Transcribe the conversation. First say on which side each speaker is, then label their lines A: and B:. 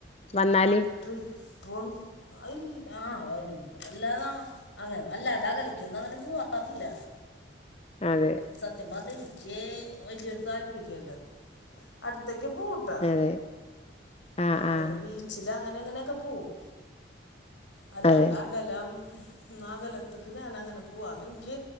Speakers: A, on the left (about 35°); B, on the left (about 85°).
A: വന്നാല്
B: ട്രിപ്പും ഇല്ല ആഹ് വരുമ്പോ വല്ലാതാ അങ്ങനെ വല്ലാണ്ട് അകലക്കൊന്നും അങ്ങനെ പോവാറില്ല
A: അതെ
B: സത്യം പറഞ്ഞാൽ എനിക്ക് വലിയൊരു താല്പര്യമല്ല അടുത്തേക്ക് പോവൂട്ടാ
A: അതെ ആഹ് ആഹ്
B: വല്ല ബീച്ചില അങ്ങനെ അങ്ങനെയൊക്കെ പോവും അല്ലാണ്ട്
A: അതെ
B: അകലം ന്നാ അകലത്തക്ക് ഞാൻ അങ്ങനെ പോവാറീല്ല എനിക്ക്